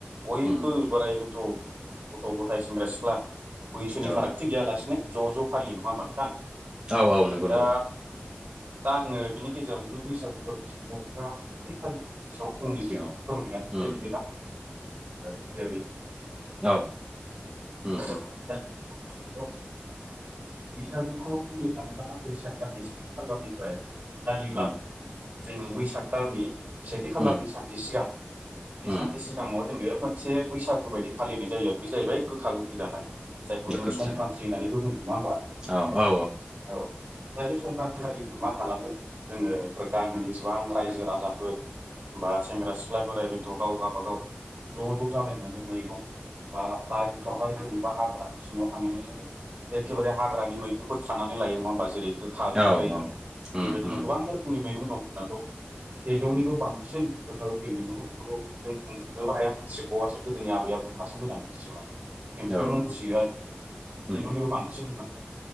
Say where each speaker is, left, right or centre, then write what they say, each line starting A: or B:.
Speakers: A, on the right (about 50°); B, on the right (about 20°).
A: बयबो
B: उम
A: बोराइ बेन्थ' गथ' गथाय सेंग्रा सिख्ला बैसोनि
B: औ
A: फारागथि गैयालासिनो ज' ज' फालियो नङा होमबा नोंथां
B: औ औ नंगौ
A: दा
B: नंगौ
A: दा आङो बिनि गेजेरावनो बैसागु फोरबोखौ बर'फ्रा माब्रै फालियो बिनि सायाव फंनैसो
B: औ
A: फोरमायना होनोसै
B: उम
A: बिदिब्ला ओ जेरै
B: औ उम
A: <unintelligible> दा बैसागुखौ बुंनो थाङोब्ला बैसाग दाननि <unintelligible> जायोब्ला
B: उम
A: जोङो बैसाग दाननि सेथि खालारनि
B: उम
A: सानसे सिगां बे
B: उम
A: सानसे सिगाङाव जोङो मोनसे बैसागु बायदि फालिनाय जायो आरो बे जाहैबाय गोखा गोखै जानाय जायखौ
B: गोखा
A: जों
B: गोखै
A: संक्रान्ति
B: जानाय
A: होननानैबो बुङो नङा होमबब्ला
B: औ औ
A: औ बै संक्रानथि खालि जों मा खालामो जोङो गामिनि एसेबां रायजो राजाफोर बा सेंग्रा सिख्ला बोराय बेनथ' गाव गाववाबागाव ज' ज' जालायनानै मैगं बा बारिफ्रावहाय बबेबा हाग्रा सिङाव थांनानै जोङो एखेबारे हाग्रानि मैगंफोर खानानै लायो नङा होमबा जेरै गोखा गोखै
B: औ
A: बेबायदिनो
B: उम उम
A: गोबां रोखोमनि मैगं दं दाथ' सेजौनिबो
B: उम
A: बांसिन गोखा गोखै मैगंफोरखौथ' जों बुंजोबनोबो हायाम मोनथि बावआसो गोदोनि आबैआबौमोनहासो मोजाङ मिथियोमोन बेखौ
B: औ
A: मोनथियो आरो जों
B: उम
A: सेजौनिबो बांसिन होननानै